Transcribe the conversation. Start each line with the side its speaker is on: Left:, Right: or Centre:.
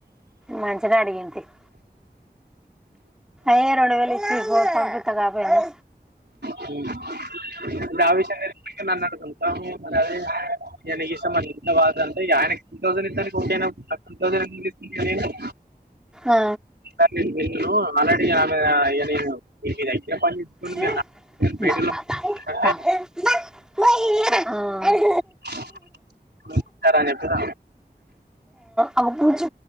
Centre: మంచినే అడిగిండు తియ్ య్ రెండూ వేలు ఇచ్చేయ్ పో పంపితే కాక అ
Right: హ్మ్ ఇప్పుడు ఆ విషయం తెలిస్తే ఇంకా నన్ను అడగుతాడు. మరి అది నీ ఇష్టం అది <unintelligible> అంటే ఆయనకి టూ థౌసండ్ ఇస్తానికి ఒకే అన్నప్పుడు నాకు టూ థౌసండ్ <unintelligible>
Centre: ఆ
Right: <unintelligible> నేను ఆల్రెడీ ఆమె <unintelligible> ఇగా నేను మీ దగ్గర చేసుకుని
Centre: <unintelligible>
Right: మీరు నా బయటకు రమ్మంటే
Centre: ఆ
Right: <unintelligible> అని చెప్పిన
Centre: అగో బూచ్